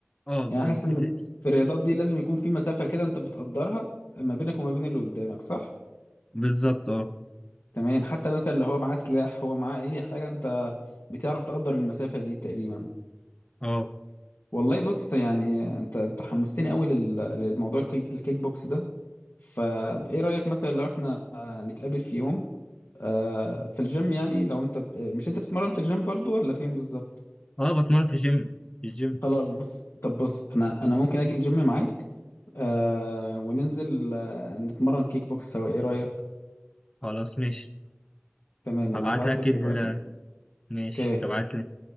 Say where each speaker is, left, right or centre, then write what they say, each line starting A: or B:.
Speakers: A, on the left; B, on the left.
A: اه ب-
B: يعني
A: ب-
B: حاسس ان
A: إف-
B: في الرياضات دي لازم يكون في مسافة كده انت بتقدرها ما بينك وما بين اللي قدامك صح
A: بالظبط اه
B: تمام حتى مثلا اللي هو معاه سلاح هو معاه اي حاجة انت بتعرف تقدر المسافة دي تقريبا
A: اه
B: والله بص يعني انت انت حمستني قوي لل... للموضوع الكي... الكيك بوكس ده فايه رأيك مثلا لو احنا آه، نتقابل في يوم آه في الجيم يعني لو انت ب... مش انت بتتمرن في الجيم برضو ولا فين بالظبط
A: اه بتمرن في الجيم في الجيم
B: خلاص بص طب بص انا انا ممكن اجي الجيم معاك آه وننزل آه نتمرن كيك بوكس سوا ايه رأيك
A: خلاص ماشي
B: تمام
A: هبعت
B: انا هبعت
A: لك
B: لك
A: ال
B: دلوقتي
A: ماشي
B: اوكي
A: تبعت لي